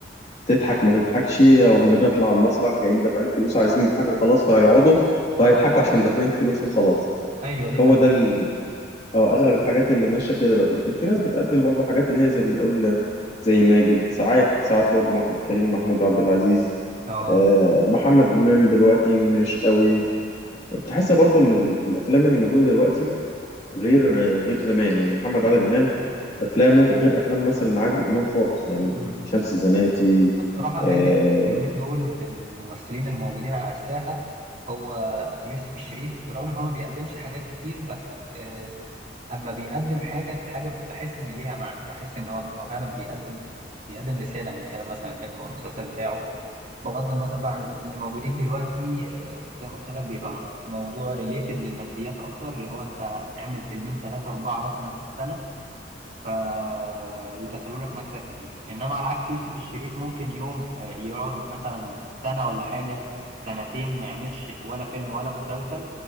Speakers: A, on the left (about 40°); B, on the right (about 50°).
A: تضحك ما تضحكش أو بنطلع المسرح جايين دافعين فلوس عايزين يضحكوا خلاص فهيقعدوا وهيضحكوا عشان دافعين فلوس وخلاص
B: ايوه دي
A: هو
B: حقيقة
A: ده ال... أو أغلب الحاجات اللي ماشية كده دلوقتي لكن في ناس بتقدم برضه حاجات اللي هي زي ما بنقول زي ماجد ساعات ساعات برضه محمود كريم محمود عبد العزيز
B: اه
A: آه محمد إمام دلوقتي مش قوي بتحس برضه إن ال- الأفلام اللي موجودة دلوقتي غير غير زمان يعني محمد
B: دي
A: عادل امام افلامه غير افلام مثلا عادل امام خالص يعني
B: حقيقة
A: شمس الزناتي
B: الصراحة هادي
A: آه
B: اليومين دول في الممثلين اللي موجودين على الساحة هو يوسف الشريف برغم إن هو ما بيقدمش حاجات كتير بس آه، أما بيقدم حاجة الحاجة بحس إن ليها معنى بحس إن هو هو فعلا بيقدم بيقدم رسالة من خلال مثلا الفيلم أو المسلسل بتاعه بغض النظر بقى عن اللي موجودين دلوقتي آه، زي ما قلت لك بيبقى موضوع ريليتد للماديات أكتر اللي هو أنت اعمل فيلمين تلاتة أربعة مثلا في السنة فيدخلوا لك مكسب كتير انما على عكس يوسف الشريف ممكن يوم آه، يقعد مثلا سنة ولا حاجة سنتين ما يعملش ولا فيلم ولا مسلسل